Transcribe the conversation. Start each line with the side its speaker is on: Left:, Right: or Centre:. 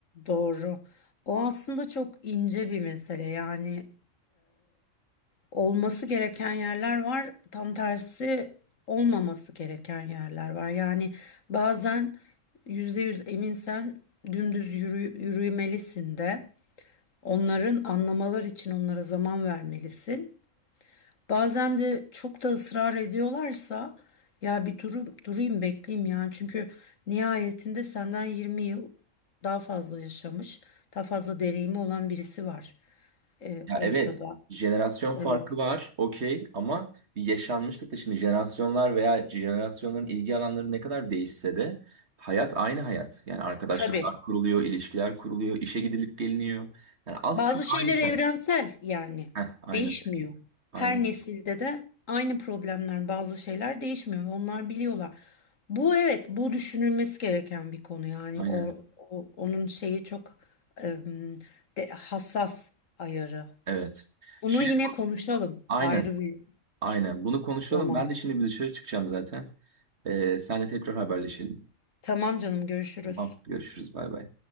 Left: doğru. O aslında çok ince bir mesele yani olması gereken yerler var. Tam tersi olmaması gereken yerler var. Yani bazen %100 eminsen dümdüz yürü- yürümelisin de onların anlamalar için onlara zaman vermelisin. Bazen de çok da ısrar ediyorlarsa ya bir durum, durayım bekleyeyim yani. Çünkü nihayetinde senden 20 yıl daha fazla yaşamış, daha fazla deneyimi olan birisi var e,
Right: Ya
Left: ortada.
Right: evet, jenerasyon
Left: Evet.
Right: farkı var, okey ama bir yaşanmışlık da şimdi jenerasyonlar veya jenerasyonların ilgi alanları ne kadar değişse de hayat aynı hayat. Yani arkadaşlıklar
Left: Tabii.
Right: kuruluyor, ilişkiler kuruluyor, işe gidilip geliniyor. Yani az
Left: Bazı
Right: çok
Left: şeyler
Right: aynı şey.
Left: evrensel yani
Right: Heh, aynı,
Left: değişmiyor.
Right: aynı,
Left: Her nesilde de aynı problemler bazı şeyler değişmiyor. Onlar biliyorlar. Bu evet bu düşünülmesi gereken bir konu yani
Right: aynen.
Left: o, o- onun şeyi çok em, de, hassas ayarı.
Right: Evet.
Left: Bunu
Right: Şey,
Left: yine konuşalım
Right: aynen,
Left: ayrı bir
Right: aynen. Bunu konuşalım.
Left: zaman.
Right: Ben de şimdi bir dışarı çıkacağım zaten. Ee, senle tekrar haberleşelim.
Left: Tamam canım görüşürüz.
Right: Tamam, görüşürüz. Bay bay.